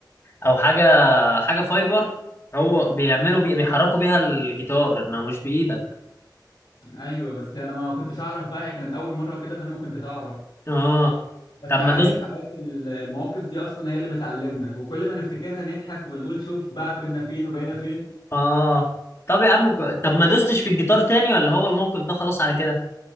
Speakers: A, on the left (about 35°); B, on the left (about 80°).
A: او حاجة حاجة فايبر هو بيعملوا بي... بيحركوا بيها الجيتار انما مش بإيدك
B: ايوه بس انا ما كنتش اعرف بقى هي كانت اول مره وكده فانا ما كنتش اعرف
A: اه
B: بس
A: طب
B: عارف
A: ما دوست
B: عارف ال- المواقف دي اصلا هي اللي بتعلمنا وكل ما نفتكرها نضحك ونقول شوف بقى كنا فين وبقينا فين
A: اه طب يا عم ك- طب ما دوستش في الجيتار تاني ولا هو الموقف ده خلاص على كده